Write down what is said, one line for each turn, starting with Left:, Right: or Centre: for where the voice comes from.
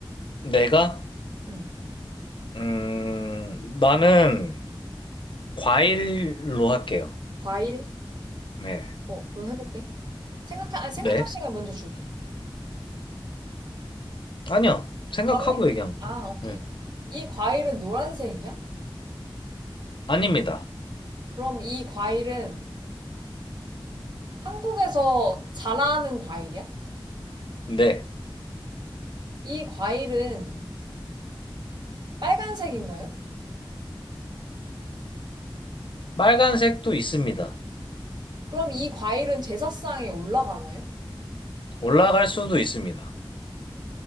Left: 내가?
Right: 음.
Left: 음, 나는 과일로 할게요.
Right: 과일?
Left: 네.
Right: 어, 그럼 해볼게. 생각할, 아, 생각할
Left: 네?
Right: 시간 먼저 줄게.
Left: 아니요. 생각하고
Right: 바로 해?
Left: 얘기한 거예요.
Right: 아, 오케이.
Left: 네.
Right: 이 과일은 노란색이야?
Left: 아닙니다.
Right: 그럼 이 과일은 한국에서 자라는 과일이야?
Left: 네.
Right: 이 과일은 빨간색인가요?
Left: 빨간색도 있습니다.
Right: 그럼 이 과일은 제사상에 올라가나요?
Left: 올라갈 수도 있습니다.